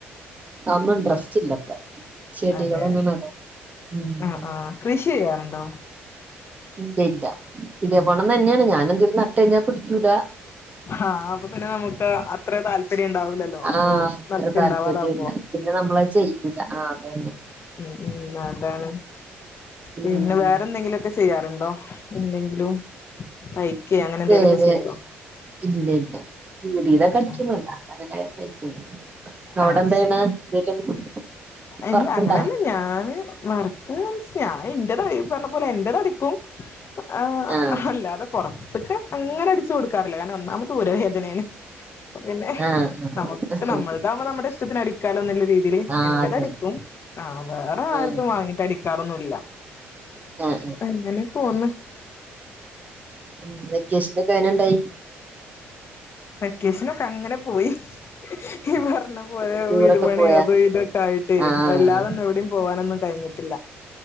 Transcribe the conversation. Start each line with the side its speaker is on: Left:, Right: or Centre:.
Right: അതൊന്നും ഇൻട്രസ്റ്റ് ഇല്ല ഇപ്പൊ ചെടികളൊന്നും
Left: അതെ
Right: നടാൻ ഉം
Left: ആഹ് ആഹ് കൃഷി ചെയ്യാറുണ്ടോ?
Right: ഇല്ല ഇല്ല ഇതേപോണം തന്നെയാണ് ഞാൻ എന്തെങ്കിലും നട്ട് കഴിഞ്ഞാ പിടിക്കൂല
Left: ഹാഹ് അപ്പൊ പിന്നെ നമുക്ക് അത്ര താല്പര്യം ഉണ്ടാവൂല്ലല്ലോ
Right: ആഹ്
Left: നമ്മള്
Right: അത്ര
Left: നട്ടിട്ട്
Right: താല്പര്യം
Left: ഇണ്ടാവാതാവുമ്പോ
Right: ഇല്ല പിന്നെ നമ്മളത് ചെയ്യൂല ആഹ് അതന്നെ
Left: ഉം ഉം അതാണ്
Right: ഉം
Left: പിന്നെ വേറെന്തെങ്കിലും ഒക്കെ ചെയ്യാറുണ്ടോ എന്തെങ്കിലും തയ് ക്കേ അങ്ങനെ എന്തേലൊക്കെ
Right: വേറെ
Left: ചെയ്യോ
Right: ഇല്ല യില്ല കീറീയതൊക്കെ അടിക്കും
Left: ആഹ്
Right: അല്ലാതെ അങ്ങനെ തയ്ക്കൊന്നുല്ല അവിടെ
Left: ആഹ്
Right: എന്തായ്യണ്
Left: ശരി
Right: എന്തേലും-
Left: ഇല്ല
Right: വർക്ക്ണ്ടാ
Left: അങ്ങനല്ല ഞാന് വർക്ക്‌ ചോദിച്ചാ ആ എന്റെത് അടി ഈ പറഞ്ഞ പോലെ എന്റെത് അടിക്കും ആ
Right: ആഹ്
Left: അല്ലാതെ പുറ ത്ത്ക്ക് അങ്ങനെ അടിച്ചു കൊടുക്കാറില്ല കാരണം ഒന്നാമത് ഊര വേദനേണ് അപ്പൊ പിന്നെ
Right: ആഹ് ആഹ്
Left: നമുക്ക് നമ്മൾതാവകുമ്പോ നമ്മുടെ ഇഷ്ടത്തിന് അടിക്കാലോന്ന്ള്ള രീതീല്
Right: ആഹ്
Left: എന്റത്
Right: അതന്നെ
Left: അടിക്കും ആ വേറെ ആരതും
Right: ആഹ്
Left: വാങ്ങീട്ട് അടിക്കാറൊന്നുംല്ല
Right: ആഹ് ആഹ്
Left: എങ്ങനെ പോന്ന്
Right: ഉം വെക്കേഷനൊക്കെ എങ്ങനെ ഇ ണ്ടായി
Left: വെക്കേഷനൊക്കെ അങ്ങനെ പോയി ഇയ്യ് പറഞ്ഞ പോലെ
Right: ടൂറൊക്കെ
Left: വീട്പണി
Right: പോയാ
Left: അതും ഇതൊക്കെ ആയിട്ട്
Right: ആഹ്
Left: വല്ലാതൊന്നും എവിടെയും പോവാനൊന്നും കഴിഞ്ഞിട്ടില്ല